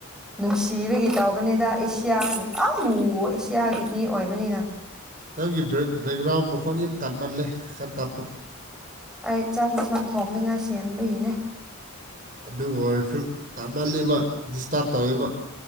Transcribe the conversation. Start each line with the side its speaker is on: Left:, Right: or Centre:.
Centre: ꯅꯨꯡꯁꯤꯕꯒꯤ ꯇꯧꯕꯅꯤꯗ ꯑꯦꯁꯤꯌꯥꯅꯤ ꯑ ꯅꯣꯔꯠ ꯑꯦꯁꯤꯌꯥꯒꯤ ꯃꯤ ꯑꯣꯏꯕꯅꯤꯅ
Right: ꯅꯪꯒꯤ ꯕꯦꯛ ꯕꯦꯛꯒ꯭ꯔꯥꯎꯟ ꯃꯈꯣꯟꯅꯤ ꯌꯥꯝ ꯇꯥꯃꯜꯂꯦ ꯈꯔ ꯇꯞꯄꯣ
Centre: ꯑꯩ ꯆꯥꯛ ꯍꯤꯁꯥꯡ ꯊꯣꯡꯅꯤꯡꯉꯥꯏ ꯁꯦꯝꯕꯒꯤꯅꯦ
Right: ꯑꯗꯨ ꯑꯣꯏꯔꯁꯨ ꯇꯥꯃꯜꯂꯤꯕ ꯗꯤꯁꯇꯥꯔꯕ ꯇꯧꯏꯕ